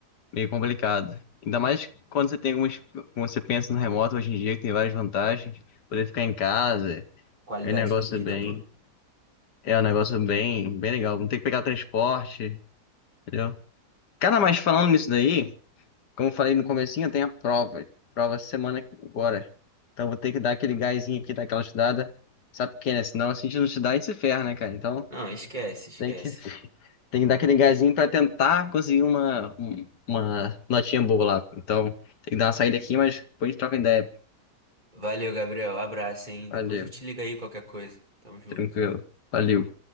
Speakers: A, on the left; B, on the right.
A: meio complicado. Ainda mais quando você tem algumas... Quando você pensa no remoto hoje em dia, que tem várias vantagens, poder ficar em casa,
B: Qualidade
A: é um negócio
B: de vida,
A: bem...
B: pô.
A: É um negócio bem, bem legal, não tem que pegar transporte, entendeu? Cara, mas falando nisso daí... Como eu falei no comecinho, eu tenho a prova. Prova essa semana agora. Então eu vou ter que dar aquele gásinho aqui, dar aquela estudada. Sabe por quê, né? Senão se a gente não estudar, a gente se ferra, né, cara? Então
B: Não, esquece, esquece.
A: tem que, <laughs> tem que dar aquele gásinho pra tentar conseguir uma, um- uma notinha boa lá. Então tem que dar uma saída aqui, mas depois a gente troca ideia.
B: Valeu, Gabriel. Abraço, hein?
A: Valeu,
B: Depois eu te ligo aí qualquer coisa. Tamo junto.
A: tranquilo. Valeu.